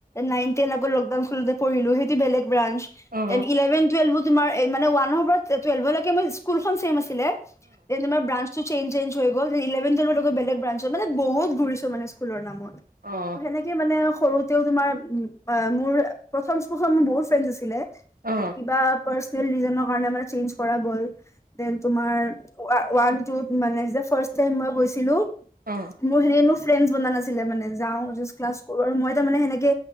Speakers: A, on the left; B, on the right.
A: নাইন টেন আকৌ লকডাউন খোলোতে পৰিলো বেলেগ ব্ৰানঞ্চ
B: অ অ
A: তেন ইলেভেন টুৱেলভ তোমাৰ এ মানে ওৱানৰ পৰা টুৱেলভ লেকে মই স্কুলখন ছেম আছিল ছিলে তে তোমাৰ ব্ৰাঞ্চটো চেঞ্জ চেঞ্জ হৈ ইলেভেন টুৱেলভ লেকে বেলেগ ব্ৰাঞ্চৰ মানে বহুত ঘুৰিছো মানে স্কুলৰ নামত ত
B: অ অ
A: সেনেকে মানে সৰুতেও তোমাৰ মোৰ প্ৰথম স্কুলখন বহুত ফ্ৰেণ্ডচ্ আছিল
B: অ অ অ
A: কিবা পাৰ্চেনেল ৰিজনৰ কাৰণে চেঞ্জ কৰা গল দেন তোমাৰ আ ওৱান টু ত মানে যে ফাৰ্ষ্ট টাইম মই গৈছিলো
B: অ
A: মোৰ সে মোৰ ফ্ৰেণ্ডচ্ বনা নাছিল ছিলে মানে যাওঁ জাষ্ট ক্লাছ কৰো আৰু মই তাৰ মানে সেনেকে